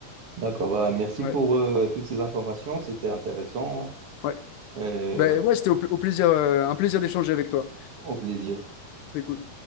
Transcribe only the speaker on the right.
D'accord, bah merci
pour euh, toutes ces informations, c'était intéressant
et
au
au plaisir.